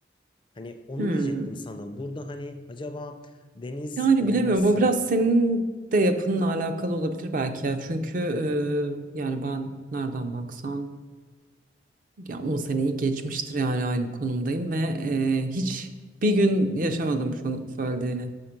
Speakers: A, on the left; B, on the right.
A: Hani onu
B: hmm.
A: diyecektim sana. Burada hani acaba deniz
B: Yani
A: olması
B: bilemiyorum o biraz senin de yapınla alakalı olabilir belki ya çünkü e, yani ben nereden baksam ya 10 seneyi geçmiştir yani aynı konumdayım ve e, hiç bir gün yaşamadım şunu söylediğini.